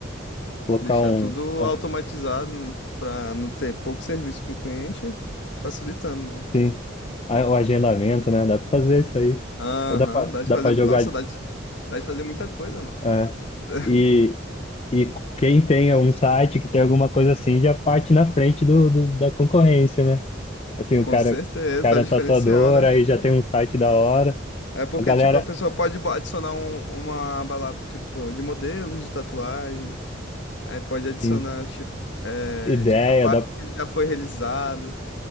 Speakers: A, on the left (about 30°); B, on the left (about 65°).
A: Colocar
B: Deixar
A: um.
B: tudo
A: Ah,
B: automatizado para não ter pouco serviço para o cliente, facilitando, né?
A: sim. Ah, o agendamento, né? Dá pra fazer isso aí.
B: Aham,
A: Ou dá pra,
B: dá de
A: dá
B: fazer.
A: pra
B: Nossa,
A: jogar.
B: dá de, dá de fazer muita coisa, mano.
A: É.
B: <laughs>
A: E, e quem tem um site que tem alguma coisa assim já parte na frente do, do- da concorrência, né? Assim, o
B: Com
A: cara,
B: certeza,
A: o cara
B: é o
A: é
B: diferencial,
A: tatuador,
B: né?
A: aí já tem um site da hora.
B: É porque,
A: A galera,
B: tipo, a pessoa pode bo- adicionar um- uma aba lá, tipo, de modelos de tatuagem. Aí pode adicionar,
A: assim,
B: tipo, é,
A: ideia,
B: tipo, trabalho
A: da
B: que ele já foi realizado.